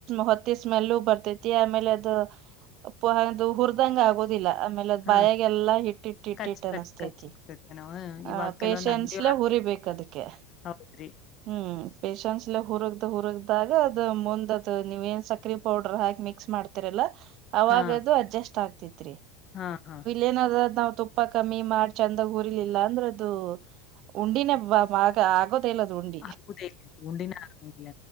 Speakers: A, on the right (about 40°); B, on the left (about 30°).
A: ಹೊತ್ತಿದ ಸ್ಮೆಲ್ ಬರ್ತೈತಿ ಆಮೇಲೆ ಅದು ಪ ಹ ಅದು ಹದಂಗ ಆಗೋದಿಲ್ಲ ಆಮೇಲೆ ಅದ
B: ಹಾ
A: ಬಾಯಾಗಲ್ಲ ಹಿಟ್ಟಿಟ್ಟ ಹಿಟ್ಟಿಟ್ಟು
B: ಕಚ್ ಕಚ್
A: ಅನಿಸಸ್ತೈತಿ
B: ಕಚ್ ಇರ್ತೈತೆನೋ ಇವಾಗ್
A: ಆ ಪೇಶನ್ಸ್ಲೆೇ
B: ಕೆಲವೊಂದ್ ಅಂಗಡಿಯೊಳಗ್
A: ಹುರಿಬೇಕ ಅದಕ್ಕೆ
B: ಹೌದ್ರಿ
A: ಹ್ಮ್ ಪೇಶನ್ಸ್ಲೆ ಹುರಗ್ದ ಹುರಗ್ದಾಗ ಅದ್ ಮುಂದ್ ಅದು ನೀವ್ ಏನ್ ಸಕ್ರೆ ಪೌಡರ್ ಹಾಕಿ ಮಿಕ್ಸ್ ಮಾಡ್ತ ಲ್ಲಾ ಅವಾಗದು
B: ಹಾ
A: ಅಡ್ಜಸ್ಟ್ ಆಗ್ತೈತ್ರಿ
B: ಹಾ ಹಾ
A: ಏನಾರ್ ನಾವ್ ತುಪ್ಪ ಕಮ್ಮಿ ಮಾಡಿ ಚಂದಾಗ ಹುರಿಲಿಲ್ಲ ಅಂದ್ರೆ ಅದು ಉಂಡಿನೆ <unintelligible> ಆಗತ್ ಲ್ಲ ಹುಂಡಿ
B: ಆಗುವುದೇ ಇಲ್ಲ ಇದು ಉಂಡಿನ ಆಗಾಗಿಲ್ಲ